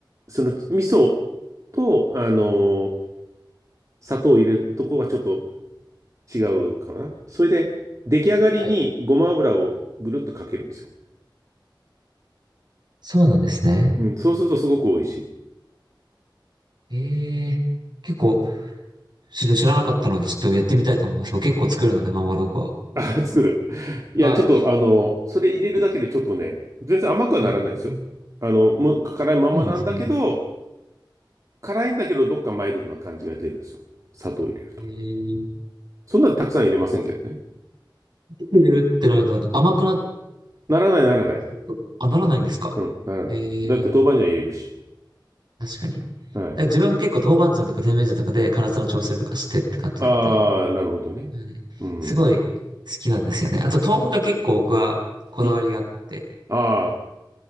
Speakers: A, on the right (about 40°); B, on the right (about 60°).
A: その味噌と、あのー砂糖を入れるとこがちょっと違うかな。それで、出来上がりにごま油をぐるっとかけるんですよ。
B: はい。そうなんですね。
A: うん、そうするとすごく美味しい。
B: ええ結構、ちょっと知らなかったので、ちょっとやってみたいと思います。僕結構作るので、麻婆豆腐は。
A: あ、<laughs> 作る。いや、
B: はい。
A: ちょっと、あの、それ入れるだけでちょっとね、全然甘くはならないですよ。
B: ええ
A: あの、もう辛いままなんだけど、
B: そうなんですね。
A: 辛いんだけど、どっかマイルドな感じが出るんですよ。砂糖入れると。
B: ええ
A: そんなにたくさん入れませんけどね。
B: 入れるってなると、なんか甘くなっ
A: ならない、ならない。
B: たりすると、あ、ならないんですかええ
A: うん、ならない。だって豆板醤入れるし。
B: 確かに。だか
A: はい。
B: ら自分も結構豆板醤とか甜麺醤とかで辛さの調整とかしてって感じだって、
A: ああ、なるほどね。
B: はいすごい好きなんですよね。
A: うん。
B: あと豆腐が結構僕はこだわりがあって、
A: 好きあ